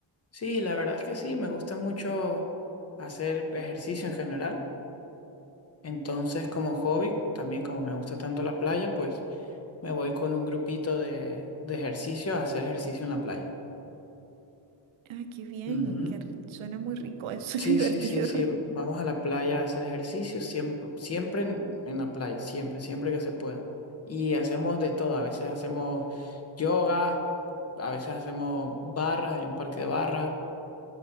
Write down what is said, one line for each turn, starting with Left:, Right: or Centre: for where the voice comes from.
Left: Sí, la verdad es que sí, me gusta mucho hacer ejercicio en general. Entonces, como hobby, también como me gusta tanto la playa, pues me voy con un grupito de, de ejercicio a hacer ejercicio en la playa.
Right: Ah, qué bien,
Left: Ujú.
Right: qué ri- suena muy rico, eh, suena
Left: Sí,
Right: <laughs> divertido.
Left: sí, sí, sí. Vamos a la playa a hacer ejercicio, siempre, siempre en, en la playa, siempre, siempre que se pueda. Y hacemos de todo, a veces hacemos yoga, a veces hacemos barras, hay un parque de barras,